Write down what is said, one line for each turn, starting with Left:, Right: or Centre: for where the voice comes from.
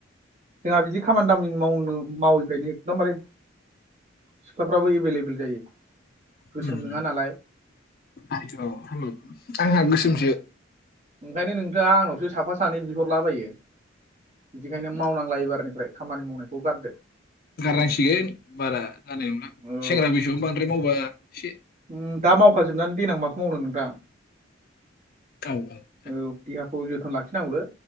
Right: जोंहा बिदि खामानि दामानि मावनो मावैखायनो एकदमबारे सिख्लाफ्राबो एभेलेबेल जायो गोसोम
Left: उम
Right: नोङा नालाय।
Left: आंहा गोसोमसो।
Right: ओंखायनो नोंथाङा आंनावसो साफा सानै बिहरलाबायो बिदिखायनो। मावनांला एबारनिफ्राय खामानि मावनायखौ गारदो।
Left: गारनांसिगोन बारा जानाय नंला
Right: औ
Left: सेंग्रा बैसोआवनो बांद्राय मावबा एसे
Right: उम दा मावखाजोबनानै देनां माखौ मावनो नोंथां।
Left: <inaudible>
Right: औ देहाखौ जोथोन लाखिनांगौलै